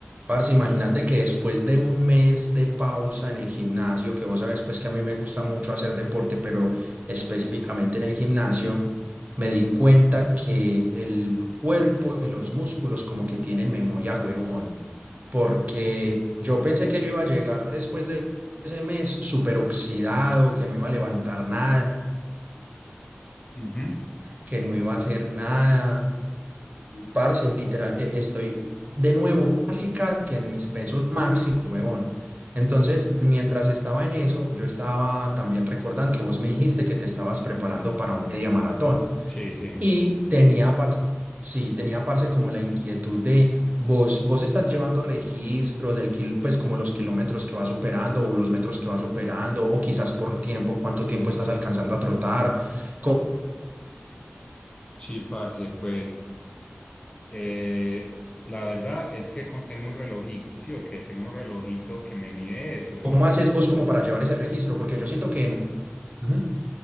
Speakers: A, on the right (about 40°); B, on the left (about 20°).
A: Parce, imagínate que después de un mes de pausa en el gimnasio, que vos sabes pues que a mí me gusta mucho hacer deporte, pero específicamente en el gimnasio, me di cuenta que el cuerpo y los músculos como que tienen memoria huevón, porque yo pensé que yo iba a llegar después de ese mes súper oxidado, que no iba a levantar nada,
B: Ujú.
A: que no iba a hacer nada y parce, literal, estoy de nuevo casi casi que en mis pesos máximos, huevón. Entonces, mientras estaba en eso, yo estaba también recordando que vos me dijiste que te estabas preparando para un media maratón.
B: Sí, sí.
A: Y tenía, parce, sí, tenía, parce, como la inquietud de vos, vos estás llevando registro del, kil- pues, como los kilómetros que vas superando o los metros que vas superando, o quizás por tiempo, cuánto tiempo estás alcanzando a trotar. ¿Cómo,
B: Sí, parce, pues eh, la verdad es que con- tengo un relojito, sí, o que tengo un relojito que me mide eso, es
A: cómo
B: lo más
A: haces vos como para llevar ese registro? Porque yo siento que en... Ujú.